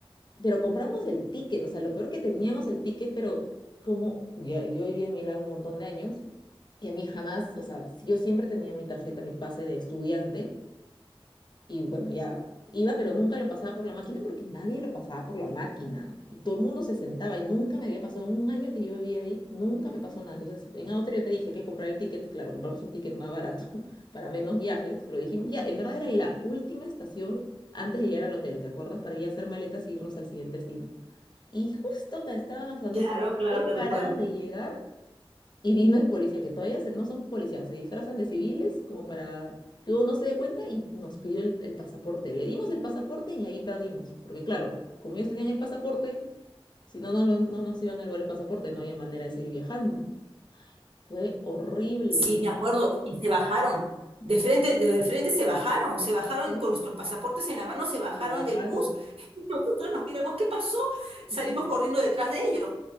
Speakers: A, on the left; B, on the right.
A: pero compramos el ticket, o sea, lo peor que teníamos el ticket, pero como ya, yo viví en Milán un montón de años y a mí jamás, o sea, yo siempre tenía mi tarjeta, mi pase de estudiante y bueno, ya iba, pero nunca lo pasaba por la máquina porque nadie lo pasaba por la máquina. Todo el mundo se sentaba y nunca me había pasado en un año que yo vivía ahí, nunca me pasó nada. Entonces, en Austria yo te dije que comprar el ticket, claro, compramos un ticket más barato <laughs> para menos viajes, pero dijimos ya, en verdad era la última estación antes de llegar al hotel, ¿te acuerdas? Para ir a hacer maletas y irnos al siguiente destino. Y justo que estábamos a, no
B: Claro,
A: sé, a
B: claro
A: tres
B: que
A: paradas
B: recuerdo.
A: de llegar, y vino el policía, que todavía se- no son policías, se disfrazan de civiles como para que uno no se dé cuenta y nos pidió el, el pasaporte. Le dimos el pasaporte y ahí perdimos, porque claro, como ellos tenían el pasaporte, si no, no, no, no nos iban a llevar el pasaporte, no había manera de seguir viajando. Fue horrible
B: Sí,
A: y no,
B: me acuerdo, y se bajaron. De
A: sí,
B: frente, de frente se bajaron, se bajaron
A: sí,
B: con nuestros pasaportes en la mano, se bajaron
A: se bajaron.
B: del bus <laughs> y nosotros nos miramos, ¿qué pasó? Salimos
A: Ah,
B: corriendo detrás de ellos.